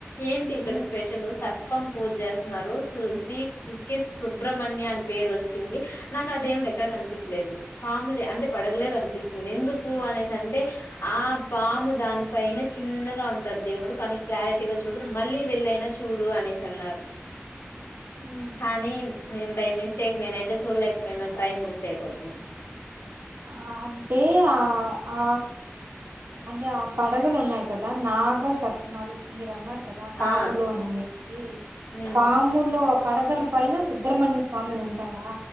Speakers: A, on the left; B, on the right.
A: ఏంటి ఇక్కడ
B: ఉమ్
A: స్పెషల్ సర్ ర్పం పూజ చేస్తున్నారు స్ శ్రీ <unintelligible> సుబ్రహ్మణ్య అని పేరు వచ్చింది నాకు అ దేవుడు ఎక్కడ కనిపించలేదు పాములే అంటే పడగలే కనిపిస్తుంది ఎందుకు అనేసి అంటే ఆ పాము దాని పైనే చిన్న చిన్నగా ఉంటాడు దేవుడు కానీ క్లారిటీగా చూడు మళ్ళీ వెళ్ళయినా చూడు అనేసి అన్నారు
B: ఉమ్
A: కానీ బైమిస్ ఇక నేన అయితే చూడలేకపోయినా ట్రైన్ మిస్ అయిపోతుంది అని
B: ఆ అంటే ఆ ఆ అంటే ఆ పడగ లు ఉన్నాయి కదా నాగ సర్ నా మీరు అన్నారు కదా పాములు
A: ఆ
B: అని అనేసి
A: ఉమ్
B: పాముూలో పడగల పైన సుబ్రహ్మణ్య స్వామి ఉంటాడా